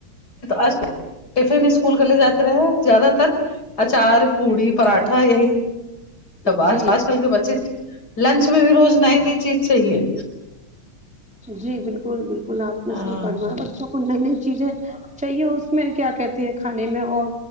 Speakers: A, on the left; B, in the centre.
A: آج کل ٹفن اسکول کا لے جاتے رہے زیادہ تر اچار پوڑی پراٹھا یہی سب
B: جی
A: آج آج کل کے بچے لنچ میں بھی روز نئی نئی چیز چاہیے
B: جی بالکل بالکل آپ نے
A: ہاں
B: صحیح فرما بچوں کو نئی نئی چیزیں چاہیے اس میں کیا کہتے ہیں کھانے میں اور